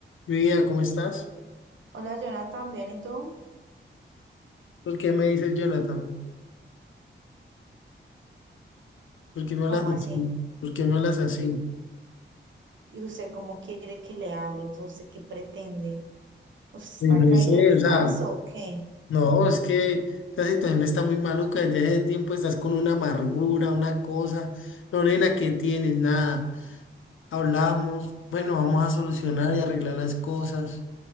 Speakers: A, on the left (about 85°); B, on the right (about 70°).
A: Mi vida, ¿cómo estás?
B: Hola, Jonathan, bien, ¿y tú?
A: ¿Por qué me dices Jonathan? ¿Por qué me
B: ¿Cómo
A: hablas así?
B: así?
A: ¿Por qué me hablas así?
B: ¿Y usted cómo quiere que le hable? O sea, ¿usted qué pretende? ¿Usted está
A: Y No
B: caído
A: sé,
B: del zarzo
A: o sea,
B: o qué?
A: no, es que esta situación está muy maluca. Desde hace tiempo estás con una amargura, una cosa. Lorena, ¿qué tienes? Nada. Hablamos, bueno, vamos a solucionar y arreglar las cosas.